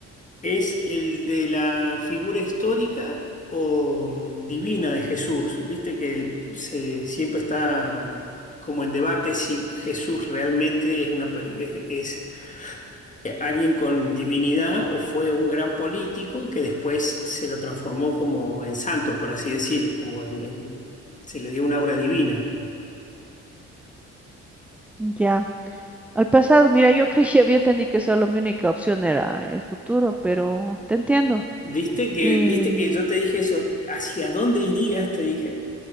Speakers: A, on the left; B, in the centre.
A: ¿Es el de la figura histórica o mm, divina de Jesús? Viste que se, siempre está mm, como en debate si Jesús realmente es, una, per- es, es, eh, alguien con divinidad o fue un gran político que después se lo transformó como en santo, por así decir, como en, en- se le dio una aura divina.
B: Ya, al pasado, mira, yo <laughs> creía, había entendido que solo mi única opción era el futuro, pero te entiendo.
A: Viste que,
B: Y
A: viste que yo te dije eso, ¿hacia dónde irías? Te dije,